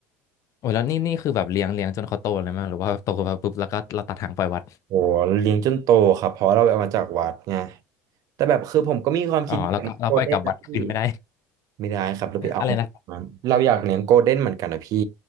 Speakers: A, on the left (about 50°); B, on the right (about 55°).
A: โอ้ยแล้วนี่นี่คือแบบเลี้ยงเลี้ยงจนเขาโตเลยไหมหรือว่าแบบโตมาปุ๊บแล้วก็เราตัดหางปล่อยวัด
B: โอ้เลี้ยงจนโตครับเพราะเราเอามาจากวัดไงแต่แบบคือผมก็มีความคิดแบบโกลเด้นนะพี่
A: อ๋อแล้วก็เราปล่อยกลับวัดคืนไม่ได้
B: ไม่ได้ครับเราไปเอามาเราอยากเลี้ยงโกลเด้นเหมือนกันนะพี่
A: <laughs> อะไรนะครับ